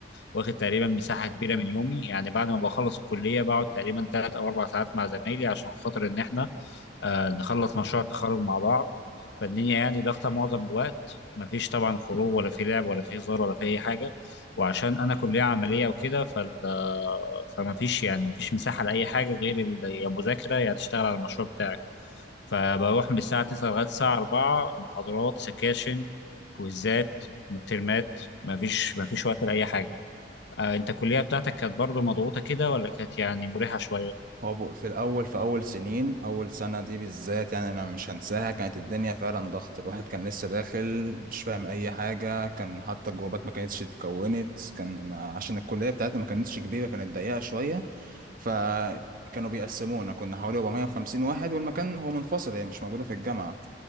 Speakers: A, on the left; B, on the right.
A: واخد تقريبا مساحه كبيره من يومي يعني بعد ما بخلص الكليه بقعد تقريبا ثلاث او اربع ساعات مع زمايلي عشان خاطر ان احنا آه، نخلص مشروع التخرج مع بعض فالدنيا يعني ضاغطه معظم الوقت مفيش طبعا خروج ولا في لعب ولا في هزار ولا في اي حاجه وعشان انا كليه عمليه وكده فال آه، فمفيش يعني مفيش مساحه لاي حاجه غير ال- يا مذاكره يا تشتغل على المشروع بتاعك فبروح من الساعه 9 لغايه الساعه 4 محاضرات سكاشن كويزات مترمات مفيش مفيش وقت لاي حاجه آه، انت الكليه بتاعتك كانت برضو مضغوطه كده ولا كانت يعني مريحه شويه
B: هو بو- في الأول في أول سنين أول سنة دي بالذات يعني أنا مش هنساها كانت الدنيا فعلا ضغط الواحد كان لسه داخل مش فاهم أي حاجة كان حتى الجروبات ما كانتش اتكونت كان عشان الكلية بتاعتنا ما كانتش كبيرة كانت ضيقة شوية فكانوا بيقسمونا كنا حوالي 450 واحد والمكان هو منفصل هي مش موجودة في الجامعة